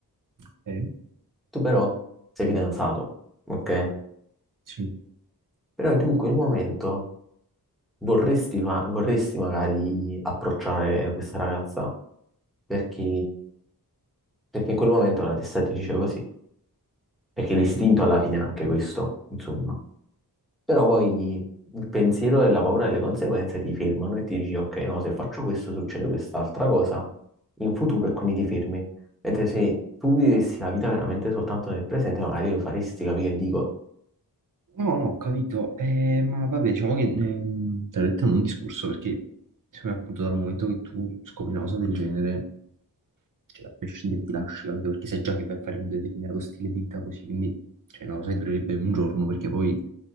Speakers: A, on the right; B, in the centre.
A: ok,
B: Tu però sei fidanzato, ok?
A: sì,
B: Però tu in quel momento Vorresti, fa- vorresti magari approcciare questa ragazza perché, perché in quel momento la testa ti dice così, perché
A: ok.
B: l'istinto alla fine è anche questo, insomma. Però poi il pensiero e la paura delle conseguenze ti fermano e ti dici, ok, no, se faccio questo succede quest'altra cosa in futuro e quindi ti fermi. Mentre se tu vivessi la vita veramente soltanto nel presente, magari lo faresti, capire che dico?
A: No, no, ho capito, Eh, ma vabbè, diciamo che ehm, te l'ho detto in un discorso perché secondo me appunto dal momento che tu scopri una cosa del genere, che a prescindere ti lasci, capito? Perché sai già che vai a fare un determinato stile di vita così, quindi cioè, è una cosa che durerebbe un giorno perché poi,